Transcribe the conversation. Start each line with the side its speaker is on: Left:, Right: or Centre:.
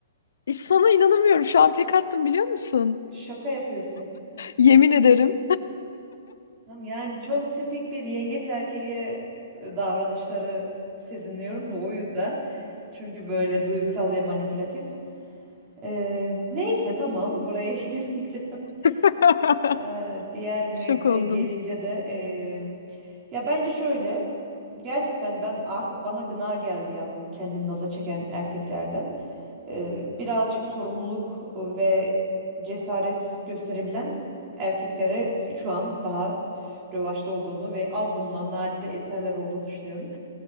Left: E, Sana inanamıyorum. Şu an tek attım biliyor musun?
Right: Şaka yapıyorsun.
Left: Yemin ederim.
Right: Tam yani çok tipik bir yengeç erkeği e, davranışları sezinliyorum da o yüzden. Çünkü böyle duygusal ve manipülatif. Ee, neyse tamam buraya <laughs> girmeyeceğim.
Left: <laughs>
Right: Ee, diğer mevzuya
Left: Şok oldum.
Right: gelince de eee, ya bence şöyle gerçekten ben artık bana gına geldi ya bu kendini naza çeken erkeklerden. Ee, birazcık sorumluluk ve cesaret gösterebilen erkeklere şu an daha rövaşta olduğunu ve az bulunan nadide eserler olduğunu düşünüyorum.